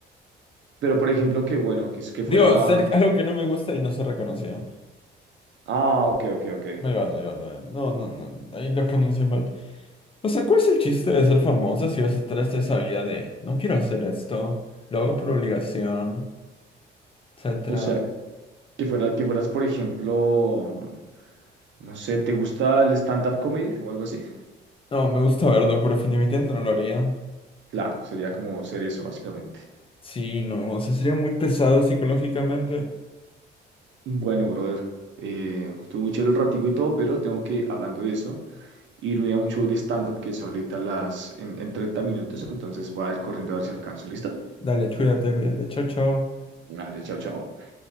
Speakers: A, on the right; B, on the left.
A: Pero, por ejemplo, que bueno, que, es- que fuera...
B: Digo, ser algo que no me gusta y no ser reconocido.
A: Ah, ok, ok, ok.
B: Me va, me va, me va. No, no, no. Ahí lo pronuncié mal. O sea, ¿cuál es el chiste de ser famoso si vas a estar hasta esa vida de no quiero hacer esto, lo hago por obligación, etcétera?
A: O sea, que fuera, que fueras, por ejemplo, no sé, ¿te gusta el stand-up comedy o algo así?
B: No, me gusta verlo, pero definitivamente no lo haría.
A: Claro, sería como ser eso, básicamente.
B: Sí, no. O sea, sería muy pesado psicológicamente.
A: Bueno, brother, eh, estuvo muy chévere el ratico y todo, pero tengo que, hablando de eso. irme a un show de stand-up que es ahorita las, en, en 30 minutos, entonces voy a ir corriendo a ver si alcanzo. ¿Listo?
B: Dale, cuídate, cuídate. Chao, chao.
A: Vale, chao, chao.